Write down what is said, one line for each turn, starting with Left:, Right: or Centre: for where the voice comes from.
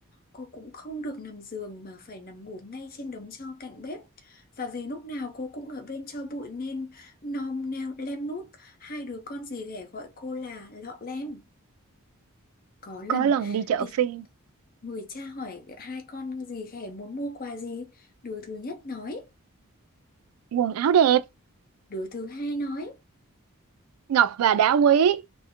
Left: Cô cũng không được nằm giường mà phải nằm ngủ ngay trên đống tro cạnh bếp. Và vì lúc nào cô cũng ở bên tro bụi nên nom neo lem nuốt, hai đứa con dì ghẻ gọi cô là lọ lem. Có lần
Right: có lần đi chợ
Left: thì
Right: phiên
Left: người cha hỏi hai con dì ghẻ muốn mua quà gì, đứa thứ nhất nói,
Right: quần áo đẹp
Left: đứa thứ hai nói,
Right: ngọc và đá quý